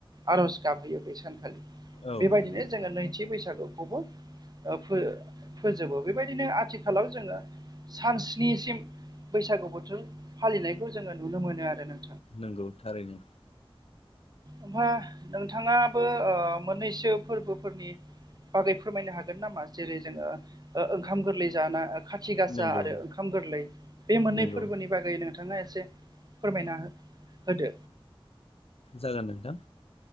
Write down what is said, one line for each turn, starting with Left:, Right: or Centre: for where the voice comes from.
Right: आर'ज गाबहोयो बे सान
Left: औ
Right: बेबायदिनो
Left: नंगौ नोंथां
Right: जोङो नैथि बैसागुखौबो फो-फोजोबो बेबायदिनो आथिखालाव जोङो सान स्निसिम बैसागु बोथोर फालिनायखौ जोङो नुनो मोनो आरो ना
Left: नंगौ थारैनो
Right: ओमफ्राय नोंथाङाबो मोननैसो फोरबोफोरनि बागै फोरमायनो हागोन नामा जेरै जोङो ओंखाम गोरलै जाना खाथि गासा
Left: नंगौ
Right: आरो ओंखाम गोरलै बे मोननै
Left: नंगौ
Right: फोरबोनि बागै नोंथाङा नोंथाङा एसे फोरमायना हो होदो
Left: जागोन नोंथां